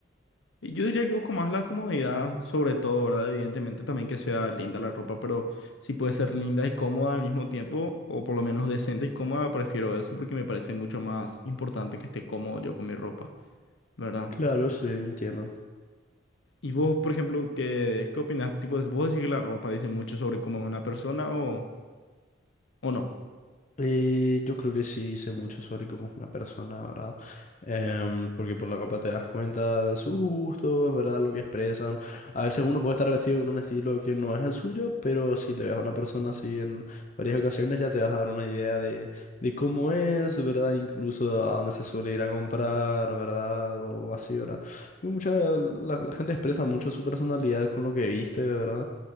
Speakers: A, on the left (about 70°); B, on the left (about 40°).
A: Y Yo diría que busco más la comodidad, sobre todo, ¿verdad? Evidentemente también que sea linda la ropa, pero si puede ser linda y cómoda al mismo tiempo, o por lo menos decente y cómoda, prefiero eso porque me parece mucho más importante que esté cómodo yo con mi ropa, ¿verdad?
B: Claro, sí, entiendo.
A: Y vos, por ejemplo, ¿qué, qué opinás? Tipo, ¿vos decís que la ropa dice mucho sobre cómo es una persona o, o no?
B: Eh, yo creo que sí dice mucho sobre cómo es una persona, ¿verdad? Em, porque por la ropa te das cuenta de sus gustos, ¿verdad? Lo que expresan. A veces uno puede estar vestido con un estilo que no es el suyo, pero si le ves a una persona así en varias ocasiones ya te vas a dar una idea de, de cómo es, ¿verdad? Incluso a dónde se suele ir a comprar, ¿verdad? O, o así, ¿verdad? Mucha, la, la gente expresa mucho su personalidad con lo que viste, ¿verdad?